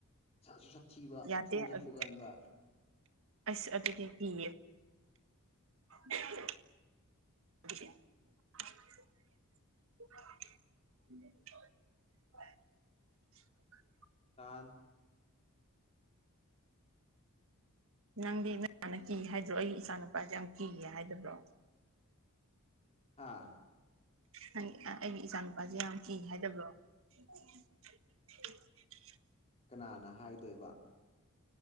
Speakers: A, on the left; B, on the right.
A: ꯁꯠꯁꯨ ꯁꯠ ꯊꯤꯕ
B: ꯌꯥꯗꯦ
A: ꯐꯨꯁꯨ
B: ꯑꯗꯨꯗꯤ
A: ꯐꯨꯒꯟꯕ
B: ꯑꯁ ꯑꯗꯨꯗꯤ ꯀꯤꯌꯦ <unintelligible> <unintelligible>
A: <unintelligible>
B: ꯅꯪꯗꯤ ꯅꯣꯏ ꯃꯅꯥ ꯀꯤ ꯍꯥꯏꯗ꯭ꯔꯣ ꯑꯩꯒꯤ ꯏꯆꯥ ꯅꯨꯄꯥꯖꯦ ꯌꯥꯝ ꯀꯤꯌꯦ ꯍꯥꯏꯗꯕ꯭ꯔꯣ
A: ꯍꯥꯥ
B: ꯪ ꯑꯩꯒꯤ ꯏꯆꯥ ꯅꯨꯄꯥꯖꯦ ꯌꯥꯝ ꯀꯤ ꯍꯥꯏꯗꯕ꯭ꯔꯣ <unintelligible>
A: ꯀꯅꯥꯅ ꯍꯥꯏꯗꯣꯏꯕ